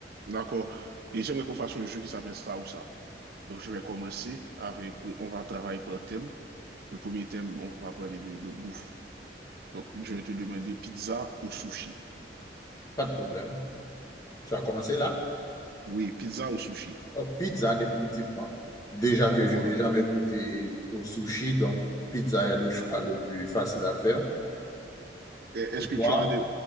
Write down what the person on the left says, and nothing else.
Pas de problème. Tu as commencé là?
Oh, pizza, définitivement. Déjà que
je n'ai jamais goûté au sushi, donc pizza est le choix le plus facile à faire.
Et toi?